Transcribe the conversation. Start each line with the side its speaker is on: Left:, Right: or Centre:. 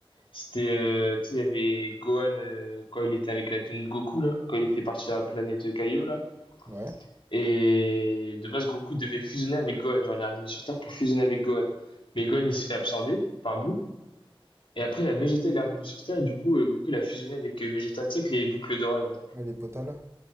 Left: c'était. euh, tu sais, il y avait Gohan euh, quand il était avec la tenue de Goku, là, quand il était parti dans la planète Kaio, là.
Right: Ouais.
Left: Et de base, Goku devait fusionner avec Gohan. Genre, il est revenu sur Terre pour fusionner avec Gohan. Mais Gohan, il se fait absorber par bout. Et après, la Vegeta, elle est revenue sur Terre. Et du coup, euh, Goku, il a fusionné avec euh, Vegeta, tu sais, avec les boucles d'oreilles, là.
Right: Ouais, les potas là.